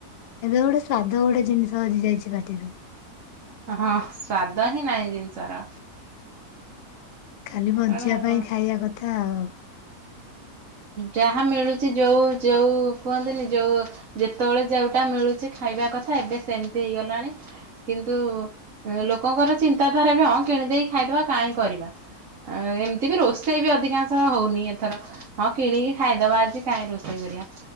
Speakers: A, on the left; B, on the right.
A: ଏବେ ଗୋଟେ ସ୍ଵାଦ ଗୋଟେ ଜିନିଷ ହଜିଯାଇଛି ପାଟିରୁ।
B: ହଁ ସ୍ଵାଦ ହିଁ ନାହିଁ ଜିନିଷର।
A: କାଲି ବଞ୍ଚିବା
B: କାରଣ
A: ପାଇଁ ଖାଇବା କଥା। ଆଃ।
B: ଯାହା ମିଳୁଛି ଯୋଉ ଯୋଉ କୁହନ୍ତିନି ଯୋଉ ଯେତେବେଳେ ଯୋଉଟା ମିଳୁଛି ଖାଇବା କଥା ଏବେ ସେମିତି ହେଇଗଲାଣି କିନ୍ତୁ ଲୋକଙ୍କର ଚିନ୍ତାଧାରା ବି ହଁ କିଣିଦେଇକ ଖାଇଦବା କାହିଁ କରିବା ଏମିତି ବି ରୋଷେଇ ବି ଅଧିକାଂଶ ହଉନି ଏଥର। ହଁ କିଣିକି ଖାଇଦବା ଆଜି କାହିଁ ରୋଷେଇ କରିବା।